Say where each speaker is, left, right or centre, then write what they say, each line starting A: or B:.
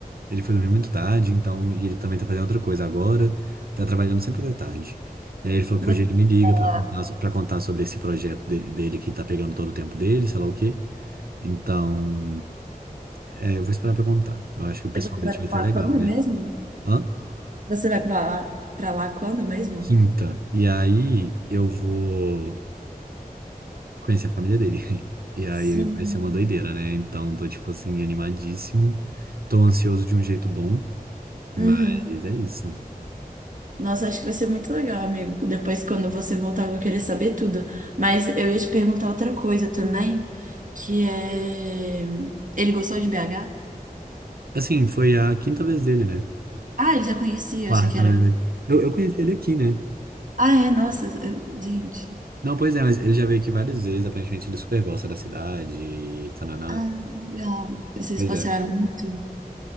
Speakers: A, on the right; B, on the right.
A: Ele foi dormir muito tarde, então. E ele também tá fazendo outra coisa agora. Tá trabalhando sempre até tarde. E aí ele falou
B: Você
A: que hoje ele me liga
B: vai
A: pra
B: lá
A: contar, so, pra contar sobre esse projeto de- dele que tá pegando todo o tempo dele, sei lá o quê. Então, é, eu vou esperar pra contar. Eu acho que pessoalmente
B: você vai pra
A: vai ser
B: lá
A: legal,
B: quando
A: né?
B: mesmo?
A: Hã?
B: Você vai pra lá, pra lá quando mesmo?
A: Quinta. E aí eu vou conhecer a família dele. <laughs> E aí
B: Sim.
A: vai ser uma doideira, né? Então tô, tipo assim, animadíssimo. Tô ansioso de um jeito bom, mas
B: Uhum.
A: é isso.
B: Nossa, acho que vai ser muito legal, amigo. Depois, quando você voltar, eu vou querer saber tudo. Mas eu ia te perguntar outra coisa também, que é... Ele gostou de BH?
A: Assim, foi a quinta vez dele, né?
B: Ah, ele já conhecia,
A: Quarta,
B: eu achei que era
A: na verdade. Eu, eu conheci ele aqui, né?
B: Ah, é, nossa, eu- gente.
A: Não, pois é, mas ele já veio aqui várias vezes. Aparentemente ele super gosta da cidade, e tananã.
B: Ah, legal. Vocês
A: Pois
B: passearam
A: é.
B: muito?